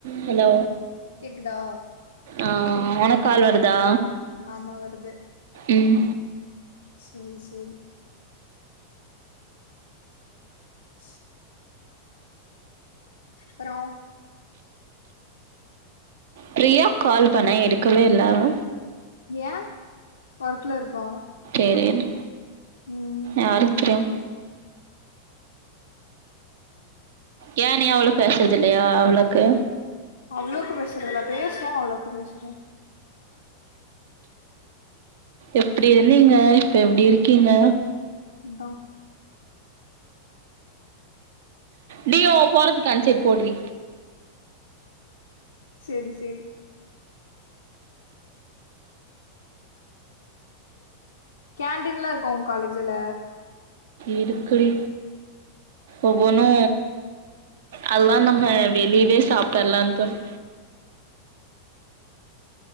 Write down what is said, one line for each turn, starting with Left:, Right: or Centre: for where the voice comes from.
Right: hello
Left: கேக்குதா
Right: ஆ ஒனக்கு கால் வருதா
Left: ஆமா வருது
Right: ம்
Left: சேரி சேரி ஸ் அப்றோ
Right: பிரியாக் கால் பண்ணே எடுக்கவே இல்ல அவ
Left: ஏ ஒர்க்ல இருப்பா
Right: தெரியல
Left: ம்
Right: யாருக்கு தெரியு ஏ நீயு அவளு பேசுறது இல்லயா அவ்ளோக்கு
Left: அவ்ளோக்கு பேசுறது இல்ல பேசுவோ அவ்ளோக்கு பேசுறது
Right: எப்டி இருந்தீங்க இப்ப எப்டி இருக்கீங்க
Left: அதா
Right: டி ஒ ஃபோன தூக்கி அந் சைட் போட்ரி
Left: சேரி சேரி கேன்டீன்லா இருகா உங்க காலேஜ்ல
Right: இருக்குடி ஒவ்வொனு அதல்லா நம்ம வெளியவே சாப்பிட்டர்ல தோணு